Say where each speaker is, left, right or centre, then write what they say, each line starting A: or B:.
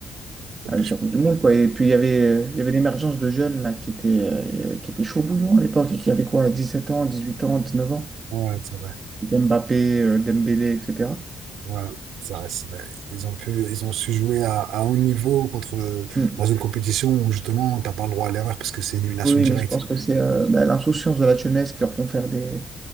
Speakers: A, on the right; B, on the right.
A: Donc,
B: a eu
A: je-
B: sa Coupe du Monde, quoi. Et puis il y avait, il y avait l'émergence de jeunes là qui étaient, euh, qui étaient chauds bouillants à l'époque et qui avaient quoi, 17 ans, 18 ans, 19 ans.
A: Ouais, c'est vrai.
B: Mbappé, euh, Dembélé, etc.
A: Ouais, c'est vrai, c'est vrai. Ils ont pu, ils ont su jouer à, à haut niveau contre, euh,
B: Mm.
A: dans une compétition où justement, t'as pas le droit à l'erreur parce que c'est élimination
B: Oui,
A: directe.
B: mais je pense que c'est euh, bah, l'insouciance de la jeunesse qui leur font faire des,